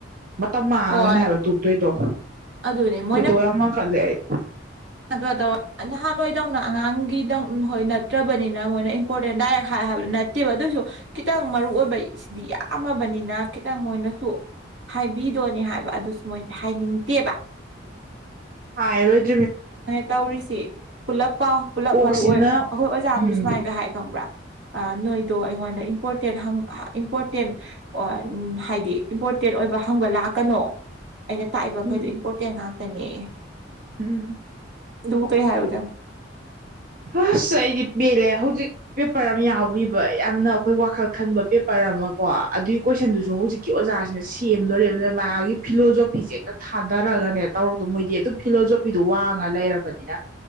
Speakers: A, on the right (about 45°); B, on the right (about 70°).
A: ꯃꯇꯝ ꯃꯥꯡꯉꯒꯅꯤ
B: ꯍꯣꯏ
A: ꯍꯥꯏꯕ ꯇꯣꯛꯇꯣꯏꯗꯣ
B: ꯑꯗꯨꯅꯦ ꯃꯣꯏꯅ
A: ꯈꯣꯏꯗꯧ ꯌꯥꯝ ꯂꯪꯈꯠꯂꯦ ꯑꯩ
B: <unintelligible> ꯅꯍꯥꯟꯋꯥꯏꯗꯧꯅ ꯑꯉꯥꯡꯒꯤꯗꯧ ꯍꯣꯏ ꯅꯠꯇ꯭ꯔꯕꯅꯤꯅ ꯃꯣꯏꯅ ꯏꯝꯄꯣꯔꯇꯦꯟ ꯗꯥꯏꯔꯦꯛ ꯍꯥꯏ ꯍꯥꯏꯕꯗꯨ ꯅꯠ__ ꯅꯠꯇꯦꯕ ꯑꯗꯨꯑꯣꯏꯁꯨ ꯈꯤꯇꯪ ꯃꯔꯨ ꯑꯣꯏꯕ ꯁꯤꯗꯤ ꯌꯥꯝꯃꯕꯅꯤꯅ ꯈꯤꯇꯪ ꯃꯣꯏꯅꯁꯨ ꯍꯥꯏꯕꯤꯗꯣꯅꯦ ꯍꯥꯏꯕ ꯑꯗꯨꯁꯨ ꯃꯣꯏꯁꯦ ꯍꯥꯏꯅꯤꯡꯇꯦꯕ
A: ꯍꯥꯏꯔꯣꯏ__
B: ꯃꯣꯏ ꯇꯧꯔꯤꯁꯤ ꯄꯨꯂꯞ ꯄꯥꯎ ꯄꯨꯂꯞ
A: ꯀꯣꯛꯁꯤꯅ
B: ꯃꯔꯨ ꯑꯣꯏ ꯑꯩꯈꯣꯏ ꯑꯣꯖꯥ
A: ꯎꯝ
B: ꯑꯝꯗꯤ ꯁꯨꯃꯥꯏꯅꯒ ꯍꯥꯏ ꯈꯪꯕ꯭ꯔꯥ ꯑ ꯅꯣꯏꯗꯣ ꯑꯩꯉꯣꯟꯗ ꯏꯝꯄꯣꯔꯇꯦꯟ ꯍꯪ ꯑꯥ ꯏꯝꯄꯣꯔꯇꯦꯟ ꯑꯣ ꯑꯟ ꯍꯥꯏꯗꯤ ꯏꯝꯄꯣꯔꯇꯦꯟ ꯑꯣꯏꯕ ꯍꯪꯕ ꯂꯥꯛꯀꯅꯣ ꯑꯩꯅ ꯇꯥꯛꯏꯕ
A: ꯎꯝ
B: ꯈꯩꯗꯣ ꯏꯝꯄꯣꯔꯇꯦꯟ ꯉꯥꯛꯇꯅꯦꯌꯦ
A: ꯎꯝ
B: ꯑꯗꯨꯕꯨ ꯀꯩ ꯍꯥꯏꯔꯨꯗꯣꯏꯝ
A: ꯍꯁ ꯑꯩꯗꯤ ꯄꯦꯂꯦ ꯍꯧꯖꯤꯛ ꯄꯦꯄꯔ ꯑꯃ ꯌꯥꯎꯔꯤꯕ ꯌꯥꯝꯅ ꯑꯩꯈꯣꯏ ꯋꯥꯈꯜ ꯈꯟꯕ ꯄꯦꯄꯔ ꯑꯃ ꯀꯣ ꯑꯗꯨꯒꯤ ꯀꯣꯏꯁꯟꯗꯨꯁꯨ ꯍꯧꯖꯤꯛ ꯀꯤ ꯑꯣꯖꯥꯁꯤꯅ ꯁꯦꯝꯗꯣꯔꯦꯕ ꯑꯗꯨꯅ ꯃꯥꯒꯤ ꯐꯤꯂꯣꯖꯣꯄꯤꯁꯦ ꯍꯦꯛꯇ ꯊꯥꯗꯔꯒꯅꯦ ꯇꯧꯔꯛꯇꯣ ꯃꯣꯏꯗꯤ ꯑꯗꯨꯝ__ ꯐꯤꯂꯣꯖꯣꯄꯤꯗꯣ ꯋꯥꯡꯉ ꯂꯩꯔꯕꯅꯤꯅ